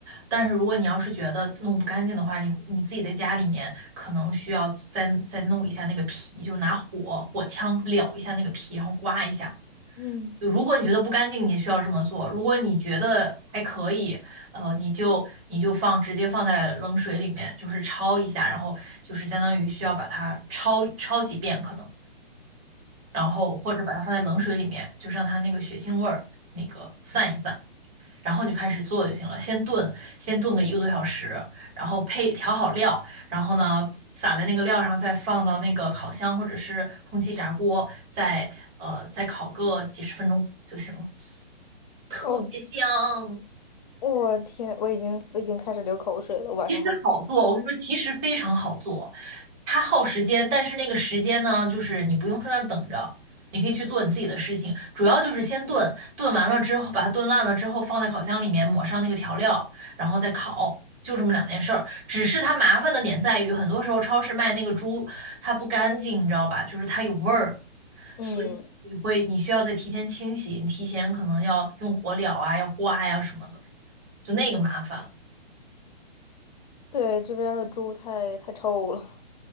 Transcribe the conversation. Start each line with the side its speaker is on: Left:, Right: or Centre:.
Right: 但是如果你要是觉得弄不干净的话，你你自己在家里面可能需要再再弄一下那个皮，就拿火火枪燎一下那个皮，然后刮一下。
Left: 嗯，
Right: 就如果你觉得不干净，你需要这么做；如果你觉得还可以，呃，你就你就放直接放在冷水里面，就是焯一下，然后就是相当于需要把它焯焯几遍可能。然后或者把它放在冷水里面，就让它那个血腥味儿那个散一散，然后你就开始做就行了。先炖，先炖个一个多小时，然后配调好料，然后呢撒在那个料上，再放到那个烤箱或者是空气炸锅，再呃再烤个几十分钟就行了，特别香。
Left: 哦，我天，我已经我已经开始流口水了，我晚上还没吃饭。
Right: 其实好做，我跟你说，其实非常好做，它耗时间，但是那个时间呢，就是你不用在那儿等着，你可以去做你自己的事情。主要就是先炖，炖完了之后，把它炖烂了之后，放在烤箱里面抹上那个调料，然后再烤，就这么两件事儿。只是它麻烦的点在于，很多时候超市卖那个猪，它不干净，你知道吧？就是它有味儿，
Left: 嗯，
Right: 所以你会你需要再提前清洗，你提前可能要用火燎啊，要刮呀、什么的，就那个麻烦。
Left: 对，这边的猪太太臭了，